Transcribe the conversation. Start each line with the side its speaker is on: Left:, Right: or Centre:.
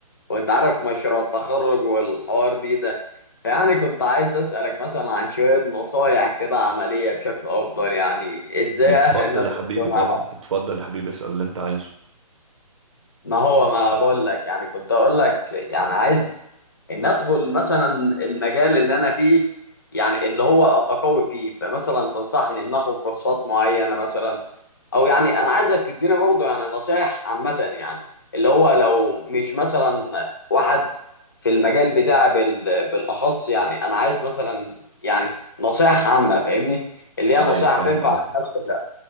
Left: وانت عارف مشروع التخرج والحوار دي ده فيعني كنت عايز اسالك مثلا عن شويه نصايح كده عمليه بشكل افضل يعني ازاي
Right: اتفضل
Left: اهل نفسي
Right: يا حبيبي
Left: في سوق العمل
Right: طبعا اتفضل يا حبيبي اسأل اللي انت عايزه
Left: ما هو ما بقول لك يعني كنت اقول لك يعني عايز ان ادخل مثلا المجال اللي انا فيه يعني اللي هو ابقى قوي فيه فمثلا تنصحني ان اخد كورسات معينه مثلا او يعني انا عايزك تديني برضه يعني نصايح عامه يعني اللي هو لو مش مثلا واحد في المجال بتاعي بال- بالاخص يعني انا عايز مثلا يعني نصايح عامه فاهمني اللي هي
Right: ايوه
Left: نصايح
Right: فاهم
Left: تنفع
Right: قصدك
Left: للناس كلها